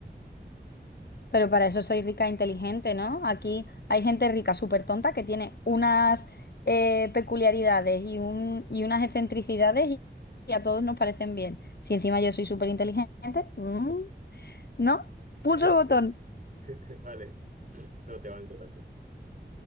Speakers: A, on the left; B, on the right.
A: Pero para eso soy rica e inteligente, ¿no? Aquí hay gente rica súper tonta que tiene unas eh, peculiaridades y, un, y unas excentricidades y, y a todos nos parecen bien. Si encima yo soy súper inteligente, mm, ¿no? Pulso
B: <laughs>
A: el botón.
B: Sí. <laughs> Vale, no te banco también.